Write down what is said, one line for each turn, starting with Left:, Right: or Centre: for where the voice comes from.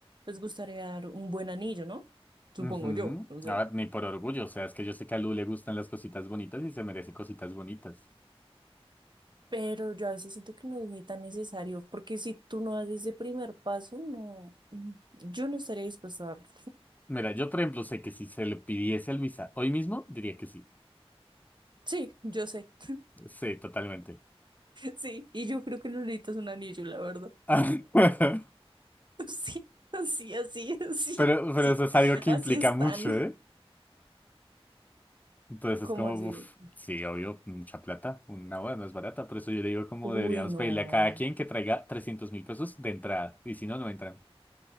Right: les gustaría dar un buen anillo, ¿no? Supongo
Left: Ujú.
Right: yo, no sé.
Left: A ver, ni por orgullo, o sea, es que yo sé que a Lu le gustan las cositas bonitas y se merece cositas bonitas.
Right: Pero yo a veces siento que no es ni tan necesario, porque si tú no das ese primer paso, no, mm, yo no estaría dispuesta a darlo.
Left: Mira, yo por ejemplo sé que si se lo pidiese a Luisa hoy mismo, diría que sí.
Right: Sí, yo sé. <laughs>
Left: Sí, totalmente.
Right: Sí, y yo creo que no necesitas un anillo, la verdad.
Left: <laughs>
Right: <laughs> Sí, así, así, así,
Left: Pero, pero
Right: sí,
Left: eso es algo que
Right: así
Left: implica
Right: están.
Left: mucho, ¿eh? Entonces
Right: como
Left: es como,
Right: así?
Left: uff, sí, obvio, mucha plata, una boda no es barata, por eso yo le digo como
Right: Uy,
Left: deberíamos
Right: no.
Left: pedirle a cada quien que traiga trescientos mil pesos de entrada, y si no, no entran.